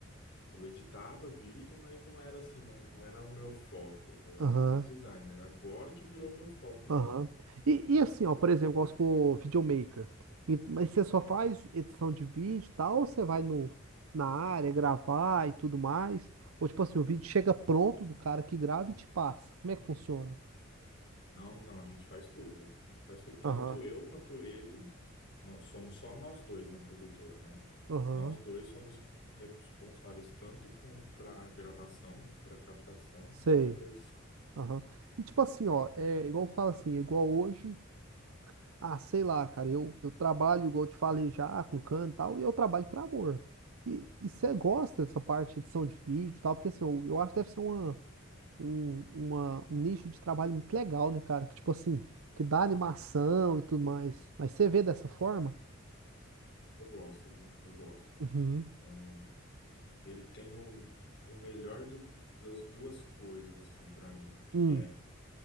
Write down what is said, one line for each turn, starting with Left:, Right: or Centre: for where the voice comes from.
Left: eu editava vídeo, mas não era assim, né? Não era o meu foco, eu era
Right: Aham.
Left: mais designer. Agora que virou meu foco mesmo.
Right: Aham. E, e assim, ó, por exemplo, igual se for videomaker. E- Mas você só faz edição de vídeo e tal, ou você vai no, na área gravar e tudo mais? Ou tipo assim, o vídeo chega pronto do cara que grava e te passa. Como é que funciona?
Left: Não, não, a gente faz tudo. A gente faz tudo. Tanto
Right: Aham.
Left: eu quanto ele, nós somos só nós dois na produtora, né?
Right: Aham.
Left: Nós dois somos responsáveis tanto com para gravação, para captação,
Right: Sei.
Left: quanto para edição.
Right: Aham. E tipo assim, ó, é igual eu falo assim, igual hoje. Ah, sei lá, cara, eu, eu trabalho, igual eu te falei já, com canto e tal, e eu trabalho por amor. E você gosta dessa parte de edição de vídeo e tal, porque assim, eu, eu acho que deve ser uma, um, uma- um nicho de trabalho muito legal, né, cara? Que tipo assim, que dá animação e tudo mais. Mas você vê dessa forma?
Left: Eu gosto, viu? Eu gosto.
Right: Uhum.
Left: É, ele tem o, o melhor do- das duas coisas, assim, para mim, que
Right: Hum,
Left: é